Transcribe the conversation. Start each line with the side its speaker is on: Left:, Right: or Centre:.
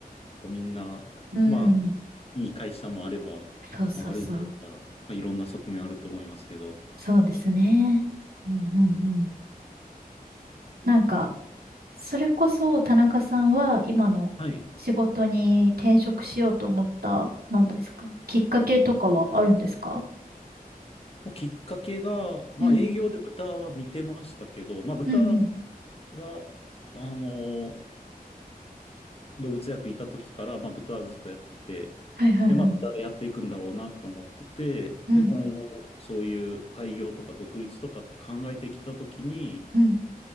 Left: っぱみんな、
Right: うん、
Left: まあ、いい会社もあれば、
Right: そうそうそう、
Left: まあ悪い会社、まあ、いろんな側面あると思いますけど、
Right: そうですね。うんうんうん。
Left: うん
Right: なんか、それこそ田中さんは今の仕事に転職しようと思った、
Left: はい。
Right: なんですかね、きっかけとかはあるんですか
Left: もうきっかけが、まあ営業で豚は見てましたけど、
Right: うん、
Left: まあ豚
Right: うんうん。
Left: が、あの動物薬いた時から、まあ豚はずっとやってて、
Right: はいはいはい。
Left: で、まあ豚でやっていくんだろうなと思ってて、
Right: うん、
Left: で、今後、そういう開業とか独立とかって考えてきた時に、
Right: うん、